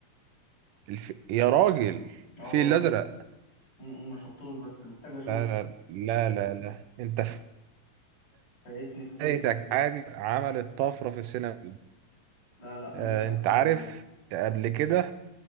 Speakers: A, on the right; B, on the left.
A: الف... يا راجل
B: اه
A: الفيل
B: والله
A: الازرق
B: م- م، ما شفتوش بس محتاج اشوفه
A: لا لا لا لا, لا. انت
B: فايتني كتير
A: فايتك
B: حاسس
A: حاجة عملت طفرة في السينما
B: لا لا ممكن
A: آه،
B: اتفرج
A: انت عارف
B: عليه
A: قبل كده